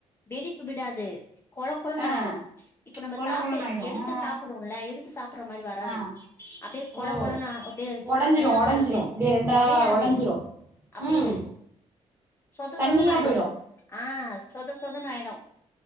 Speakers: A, on the left; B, on the right.
A: வெடி விடாது து கொழ கொழனு
B: ஆ
A: ஆய்டு இப்ப நம்ம
B: கொல
A: சாப்ட்டு
B: கொலன்னு ஆயிடும்
A: எடுத்து
B: ஆ
A: சாப்டுறோம்ல எடுத்து சாபுட்ற மாரி வராது
B: ஆ
A: அப்டியே கொழ
B: ஓ
A: கொழனு அப்டியே
B: உடஞ்சிரும்
A: என்ன
B: உடஞ்சிரும்
A: சொல்றது
B: இப்படியே ரெண்டா
A: ஒடையாது
B: உடஞ்சிரும்
A: அப்டியே
B: ம்
A: சொத
B: தண்ணியா
A: சொதன்னு ஆய்டு
B: போயிடும்
A: ஆஹ் சொத சொதன்னு ஆய்டு